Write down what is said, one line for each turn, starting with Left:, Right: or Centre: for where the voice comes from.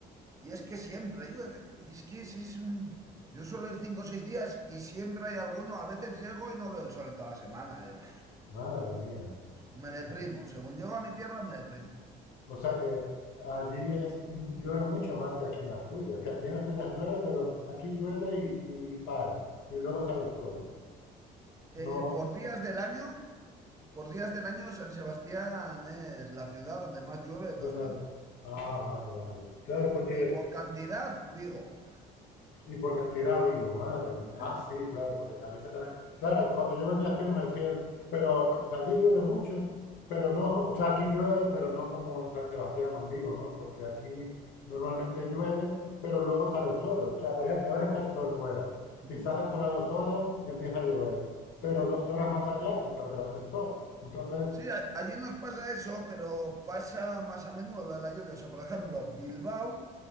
Right: y es que siempre llueve. Es que es, es un... Yo suelo ir cinco o seis días y siempre hay alguno. A veces llego y no veo el sol en toda la semana. Y, bah,
Left: madre mía.
Right: me deprimo.
Left: O,
Right: Según llego a mi tierra, me deprimo.
Left: o sea que allí es, llueve mucho más que aquí en Asturias, que aquí en Asturias llueve, pero aquí llueve y, y- y para, y luego sale el sol.
Right: Eh,
Left: No,
Right: por días del año, por días del año, San Sebastián es la ciudad donde más llueve de
Left: donde
Right: toda España.
Left: Ah, vale, vale. Claro, porque
Right: Y por cantidad, Vigo.
Left: Y por cantidad Vigo, madre mía.
Right: Sí,
Left: Ah, sí, claro, porque en Galicia también. Claro, cuando yo venía a Asturias me decían, pero allí llueve mucho, pero no,
Right: sí,
Left: o sea, aquí llueve, pero no como en San Sebastián o en Vigo, ¿no? Porque aquí normalmente llueve, pero luego sale el sol. O sea, por ejemplo, ahora está el sol fuera.
Right: mm,
Left: Quizás dentro de dos horas empieza a llover,
Right: sí.
Left: pero dos horas más allá está otra vez el sol. Entonces,
Right: Sí, a- allí nos pasa eso, pero pasa más a menudo lo de la lluvia. O sea, por ejemplo, Bilbao